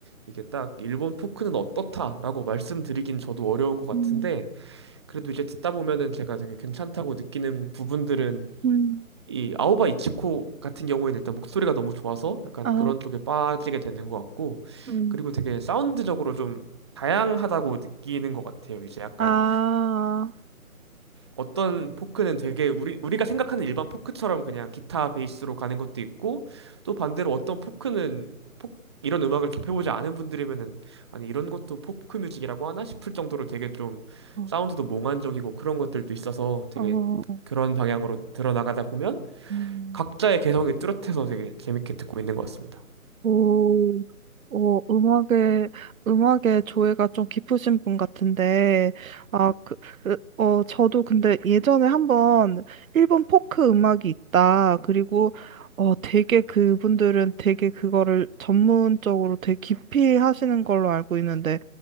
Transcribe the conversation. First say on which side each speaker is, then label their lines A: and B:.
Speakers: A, on the right; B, on the right.
A: 이게 딱 일본 포크는 어떻다라고 말씀드리긴 저도 어려운 것 같은데
B: 음,
A: 그래도 이제 듣다 보면은 제가 되게 괜찮다고 느끼는 부분들은
B: 음,
A: 이 아오바 이치코 같은 경우에는 일단 목소리가 너무 좋아서 약간
B: 아,
A: 그런 쪽에 빠지게 되는 것 같고
B: 음,
A: 그리고 되게 사운드적으로 좀 다양하다고 느끼는 것 같아요. 이제 약간
B: 아,
A: 어떤 포크는 되게 우리 우리가 생각하는 일반 포크처럼 그냥 기타 베이스로 가는 것도 있고 또 반대로 어떤 포크는 포- 이런 음악을 접해보지 않은 분들이면은 아니 이런 것도 포크 뮤직이라고 하나 싶을 정도로 되게 좀
B: 어,
A: 사운드도 몽환적이고 그런 것들도 있어서 되게
B: 어,
A: 그런 방향으로 들어나가다 보면
B: 음.
A: 각자의 개성이 뚜렷해서 되게 재밌게 듣고 있는 것 같습니다.
B: 오, 어, 음악에, 음악에 조예가 좀 깊으신 분 같은데, 아, 그, 으, 어, 저도 근데 예전에 한번 일본 포크 음악이 있다. 그리고, 어, 되게 그분들은 되게 그거를 전문적으로 되게 깊이 하시는 걸로 알고 있는데,